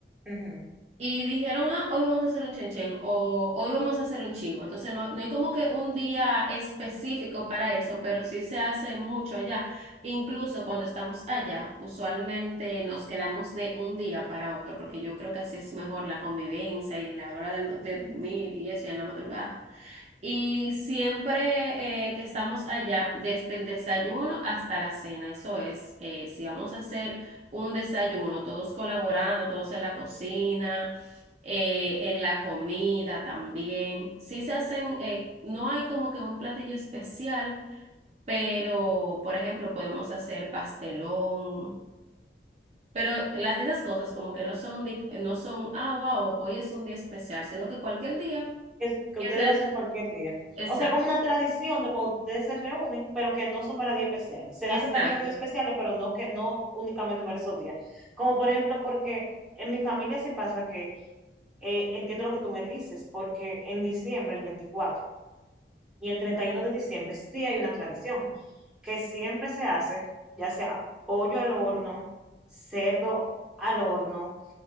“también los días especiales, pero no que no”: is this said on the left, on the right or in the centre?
Centre